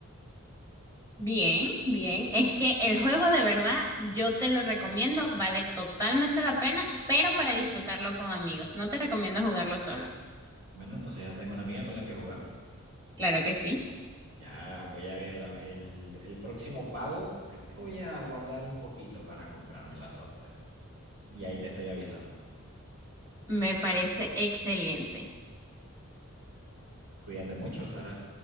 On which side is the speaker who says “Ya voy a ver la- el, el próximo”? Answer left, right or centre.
Right